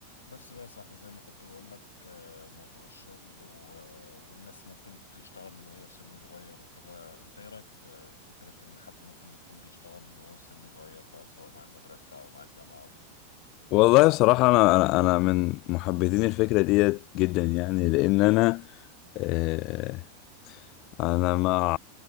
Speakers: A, on the left (about 70°); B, on the left (about 40°).
A: بس بقى يا صاحبي زي ما كنت بقول لك آه، موضوع الشغل و- آه، والناس ممكن تشتغل من وهي في سن صغير وكده انت ايه رايك في في فكرة ان حد ممكن يكون بيشتغل من وهو سن صغير بقى سواء مع المدرسة او مع الجامعة او كده
B: والله بصراحة أنا أنا أنا من محبذين الفكرة ديت جدا يعني لأن أنا آه، أنا مع